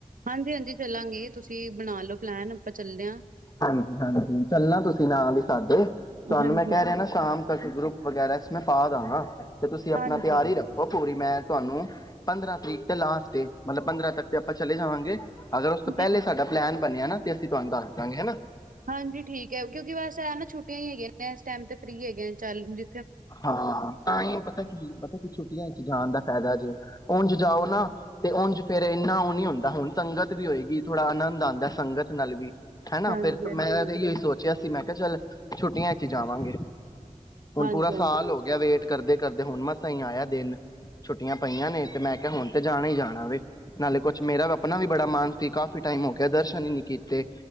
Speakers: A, on the right; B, on the left.
A: ਹਾਂਜੀ ਹਾਂਜੀ ਚੱਲਾਂਗੇ ਤੁਸੀਂ ਬਣਾ ਲੋਓ। ਪਲੈਨ ਆਪਾਂ ਚਲਨੇ ਆ।
B: ਹਾਂਜੀ ਹਾਂਜੀ ਚੱਲਣਾ ਤੁਸੀਂ ਨਾਲ ਹੀ ਸਾਡੇ ਤੁਹਾਨੂੰ
A: ਹਾਂਜੀ
B: ਮੈਂ ਕਹਿ ਰਿਹਾ ਨਾ ਸ਼ਾਮ ਤੱਕ ਗਰੁੱਪ ਵਗੈਰਾ ਮੈਂ ਪਾ ਦਾਾਂ ਗ। ਤੇ ਤੁਸੀਂ ਆਪਣਾ
A: ਹਾਂਜੀ
B: ਤਿਆਰ ਹੀ ਰੱਖੋ ਪੂਰੀ ਮੈਂ ਤੁਹਾਨੂੰ ਪੰਦਰਾਂ ਤਰੀਕ ਤੇ ਲਾਸ ਡੇ ਮਤਲਬ ਪੰਦਰਾਂ ਤੱਕ ਅਪਾ ਚਲੇ ਜਾਵਾਂਗੇ ਅਗਰ ਉਸ ਤੋਂ ਪਹਿਲੇ
A: ਜੀ
B: ਸਾਡਾ ਪਲੈਨ ਬਣਿਆ ਨਾ ਤੇ ਅਸੀਂ ਦੱਸਦਾ ਹੈ ਨਾ
A: ਹਾਂਜੀ ਠੀਕ ਹੈ ਕਿਉਂਕਿ ਬਸ ਇਹ ਹੈ ਨਾ ਛੁਟੀਆਂ ਹੀ ਹੈਗੀਆਂ ਨੇ ਇਸ ਟਾਈਮ ਤੇ ਫਰੀ ਹੈਗੀਆਂ ਚੱਲ ਜ
B: ਹਾਂ ਤਾਂ ਹੀ ਪਤਾ ਕੀ ਪਤਾ ਕੀ ਛੁੱਟੀਆਂ ਚ ਜਾਣ ਦਾ ਫਾਇਦਾ ਜੇ ਉਂਝ ਜਾਓ ਨਾ ਤੇ ਉਝ ਫੇਿਰ ਇੰਨਾ ਉਹ ਨੀ ਹੁੰਦਾ ਹੁਣ ਸੰਗਤ ਵੀ ਹੋਏਗੀ ਥੋੜ੍ਹਾ ਆਨੰਦ ਆਉਂਦਾ ਸੰਗਤ ਨਾਲ ਵੀ ਹਨਾ
A: ਹਾਂਜੀ
B: ਫੇਿਰ
A: ਹਾਂਜੀ
B: ਮੈਂ ਇੋ ਹੀ ਸੋਚਿਆ ਸੀ ਮੈਂ ਕਿਹਾ ਚੱਲ ਛੁੱਟੀਆਂ ਚ ਹੀ ਜਾਵਾਂਗੇ
A: ਹਾਂਜੀ
B: ਪੂਰਾ ਸਾਲ
A: ਹਾਂਜੀ
B: ਹੋ ਗਿਆ ਵੇਟ ਕਰਦੇ ਕਰਦੇ ਹੁਣ ਮਸਹੀ ਆਇਆ ਦਿਨ ਛੁੱਟੀਆਂ ਪਈਆਂ ਨੇ ਤੇ ਮੈਂ ਕਿਹਾ ਹੁਣ ਤੇ ਜਾਣਾ ਹੀ ਜਾਣਾ ਵ ਨਾਲੇ ਕੁਛ ਮੇਰਾ ਵੀ ਆਪਣਾ ਵੀ ਬੜਾ ਮਨ ਸੀ ਕਾਫ਼ੀ ਟਾਈਮ ਹੋ ਗਿਆ ਦਰਸ਼ਨ ਹੀ ਨੀ ਕੀਤੇ